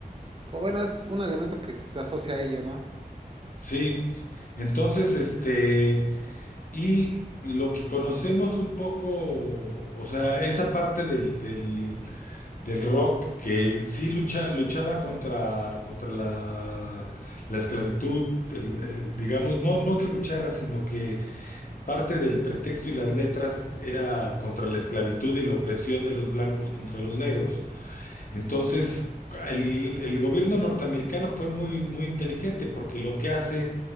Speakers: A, on the right (about 35°); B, on the left (about 55°).
A: como, Bueno, es un elemento que se asocia a ello, ¿no?
B: Sí. Entonces, este, y lo que conocemos un poco, o sea, esa parte del, del, del rock que sí lucha, luchaba contra, contra la, la esclavitud, el- el, digamos, no, no que luchara, sino que Parte del pretexto y las letras era contra la esclavitud y la opresión de los blancos contra los negros. Entonces, el, el gobierno norteamericano fue muy, muy inteligente porque lo que hace